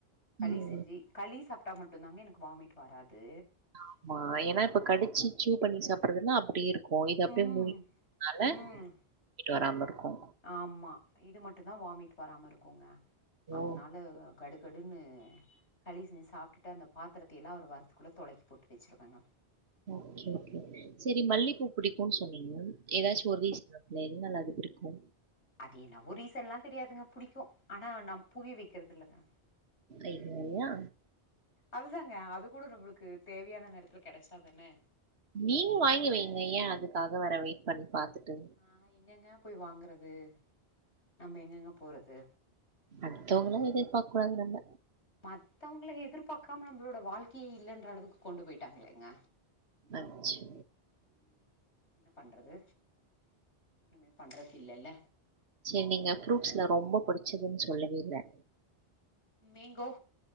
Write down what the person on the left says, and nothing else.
களி
செஞ்சி களி சாப்டா மட்டுந்தாங்க எனக்கு வாமிட் வராது
ம்
ம்
ஆமா இது மட்டுதா வாமிட் வராமருக்கோங்க அதனால
கடுகடுன்னு களி செஞ் சாப்டுட்டு அந்த பாத்ரத்தியல்லா அவரு வரத்துக்குள்ள தொலக்கி போட்டு வெச்ருவேங்க
அது என்னவோ ரீசன்லா தெரியாதுங்க புடிக்கோ ஆனா நா பூவே வெக்கர்து இல்லங்க
அதுதாங்க அது கூட நம்ளுக்கு தேவயான நேரத்துல கெடச்சாதான
நா எங்கங்க போய் வாங்குறது நம்ம எங்கங்க போறது
மத்தவங்ள எதிர்பாக்காம நம்ளோட வாழ்க்கயே இல்லன்ற அளவுக்கு கொண்டு போய்ட்டாங்லேங்க
ம் என்ன பண்றது ஒன்னுமே பண்றத் இல்லல்ல
மேங்கோ